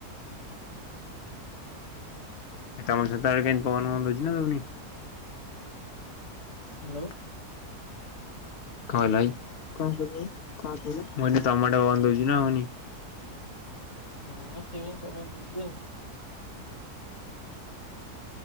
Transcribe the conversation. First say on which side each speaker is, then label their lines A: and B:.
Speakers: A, on the left; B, on the left.
A: ଏ ତମ ସତବେଳେ କେତି ପନ ବଉଛି ନା ଦଉନି?
B: ହ୍ୟାଲୋ।
A: କାଇ କଣ କଣ କାଇଲ? ତମ ଟେ ବନ୍ଦ ହଉଛିୁ ନା ହଉନି?
B: ହଁ ସେଇଭଳି ପବନ ଦଉଛି ଆଉ।